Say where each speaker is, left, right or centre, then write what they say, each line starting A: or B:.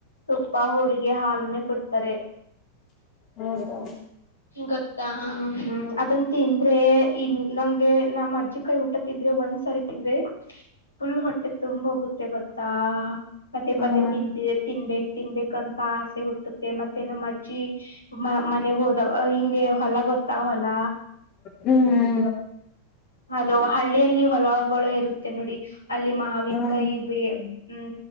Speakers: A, on the left; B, on the left.
A: ತುಪ್ಪ ಹೋಳಿಗೆ ಹಾಲುನೆ ಕೊಡ್ತಾರೆ
B: ಹೌದಾ
A: ಗೊತ್ತಾ ಹ ಹ್ಮ್ ಅದಂತಂತಿಂದ್ರೆ ಇನ್ ನಂಗೆ ನಮ್ಮ ಅಜ್ಜಿ ಕಾಯಿ ಊಟ ತಿಂದ್ರೆ ಒಂದ್ಸರಿ ತಿಂದ್ರೆ ಫುಲ್ ಹೊಟ್ಟೆ ತುಂಬೋಗುತ್ತೆ ಗೊತ್ತಾ ಪದೇ
B: ಹ್ಮ್
A: ಪದೇ ತಿಂತಿದ್ರೆ ತಿನ್ಬೇಕು ತಿನ್ಬೇಕು ಆಸೆ ಹುಟ್ಟುತ್ತೆ ಮತ್ತೆ ನಮ್ಮಡ್ ಜ ಮ ಮನೆಗ್ ಹೋದಾಗ ಹಿಂಗೆ ಹೊಲ ಗೊತ್ತ ಹೊಲ
B: ಹ್ಮ್
A: ಅದು ಹಳ್ಳಿಯಲ್ಲಿ ಹೊಲಗಳು ಇರುತ್ತೆ ನೋಡಿ ಅಲ್ಲಿ ಮಾವಿನ
B: ಹ್ಮ್
A: ಕಾಯಿ ಬೇ ಹ್ಮ